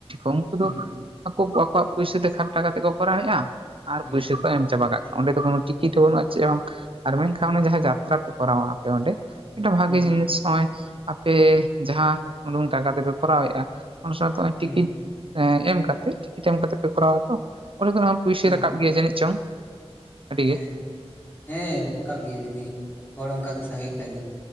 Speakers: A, on the right; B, on the left.
A: ᱩᱱᱠᱩ
B: ᱦᱩᱸ
A: ᱫᱚ ᱟᱠᱚ ᱟᱠᱚᱣᱟᱜ ᱯᱩᱭᱥᱟ ᱛᱮ ᱠᱷᱚᱨᱪᱟ ᱠᱟᱛᱮ ᱠᱚ ᱠᱚᱨᱟᱣᱮᱫᱼᱟ ᱟᱨ
B: ᱦᱩᱸ
A: ᱯᱩᱭᱥᱟᱹ ᱠᱚ ᱮᱢ ᱪᱟᱵᱟ ᱠᱟᱜᱼᱟ ᱚᱸᱰᱮ ᱫᱚ ᱠᱳᱱᱳ ᱴᱤᱠᱤᱴ ᱦᱚᱸ ᱵᱟᱹᱱᱩᱜᱼᱟ ᱪᱮᱫ ᱦᱚ ᱟᱨ ᱢᱮᱱᱠᱷᱟᱱ ᱚᱱᱮ ᱡᱟᱦᱟᱸ ᱡᱟᱛᱨᱟ ᱯᱮ ᱠᱚᱨᱟᱣᱼᱟ ᱟᱯᱮ ᱚᱸᱰᱮ ᱢᱤᱫᱴᱟ ᱵᱷᱟᱜᱮ
B: ᱦᱩᱸ
A: ᱡᱤᱱᱤᱥ ᱦᱚᱭ ᱟᱯᱮ ᱡᱟᱦᱟᱸ ᱩᱰᱩᱝ ᱴᱟᱠᱟ ᱛᱮᱯᱮ ᱠᱚᱨᱟᱣᱮᱜᱼᱟ ᱚᱱᱟ ᱥᱟᱶ
B: ᱦᱩᱸ
A: ᱴᱤᱠᱤᱴ ᱮᱢ ᱠᱟᱛᱮ ᱴᱤᱠᱤᱴ ᱮᱢ ᱠᱟᱛᱮ ᱯᱮ ᱠᱚᱨᱟᱣᱟ ᱛᱚ ᱯᱩᱭᱥᱟᱹ
B: ᱦᱮᱸ
A: ᱨᱟᱠᱟᱵ ᱜᱮᱭᱟ ᱡᱟᱹᱱᱤᱡ ᱪᱚᱝ?? ᱟᱹᱰᱤ
B: ᱦᱮᱸ
A: ᱜᱮ
B: ᱦᱮᱸ ᱨᱟᱠᱟᱵ ᱜᱮᱭᱟ ᱡᱩᱫᱤ ᱦᱚᱲ ᱚᱱᱠᱟ ᱠᱚ ᱥᱟᱸᱜᱮ ᱠᱷᱟᱡ ᱫᱚ